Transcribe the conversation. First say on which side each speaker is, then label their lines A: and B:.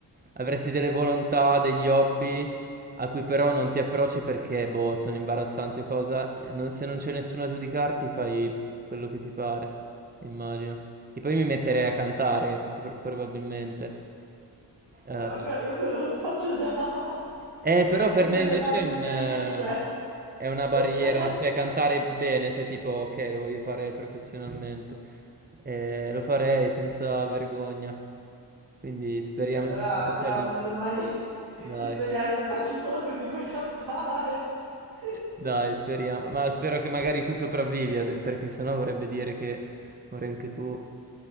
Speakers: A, on the right; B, on the right.
A: avresti delle volontà, degli hobby a cui però non ti approcci perché, boh, sono imbarazzanti o cosa. e non- se non c'è nessuno a giudicarti, fai quello che ti pare, immagino. E poi mi metterei a cantare, pr- probabilmente. Eh,
B: Vabbè, ma que- io quello lo faccio già <laughs>
A: eh, però per
B: mentre
A: me invece
B: pedali
A: è
B: in
A: un,
B: giro
A: eh,
B: in bicicletta.
A: è una barriera,
B: <laughs>
A: cioè cantare bene, se tipo, ok, lo voglio fare professionalmente, Eh, lo farei senza vergogna, quindi speriamo
B: Beh, Allora
A: in questa apocalisse,
B: ti auguro domani <laughs>
A: dai,
B: di svegliarti da solo così puoi cantare. <laughs>
A: dai, speriamo, ma spero che magari tu sopravvivi, ad- perché sennò vorrebbe dire che muori anche tu,